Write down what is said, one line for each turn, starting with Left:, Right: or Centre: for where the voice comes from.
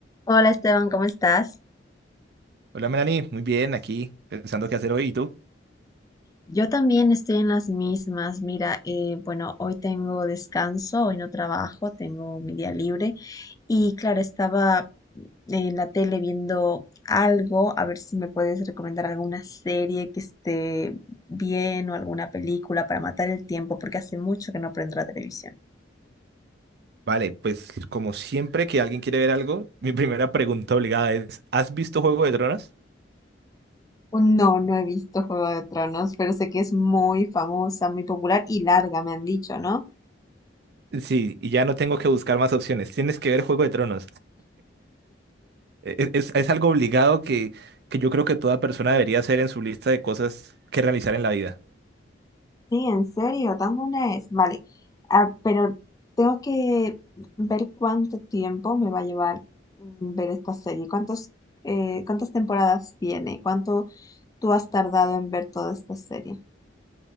Left: Hola Esteban, ¿cómo estás?
Right: Hola Melanie, muy bien, aquí pensando qué hacer hoy. ¿Y tú?
Left: Yo también estoy en las mismas. Mira, eh, bueno, hoy tengo descanso, hoy no trabajo, tengo mi día libre y claro, estaba en la tele viendo algo, a ver si me puedes recomendar alguna serie que esté bien o alguna película para matar el tiempo, porque hace mucho que no prendo la televisión.
Right: Vale, pues como siempre que alguien quiere ver algo, mi primera pregunta obligada es, ¿has visto Juego de Tronos?
Left: Oh, No, no he visto Juego de Tronos, pero sé que es muy famosa, muy popular y larga, me han dicho, ¿no?
Right: Sí, y ya no tengo que buscar más opciones. Tienes que ver Juego de Tronos. E- e, Es, es algo obligado que, que yo creo que toda persona debería hacer en su lista de cosas que realizar en la vida.
Left: Sí, en serio, tan buena es. Vale, Ah, pero tengo que ver cuánto tiempo me va a llevar mm, ver esta serie, cuántos, eh, cuántas temporadas tiene, cuánto tú has tardado en ver toda esta serie.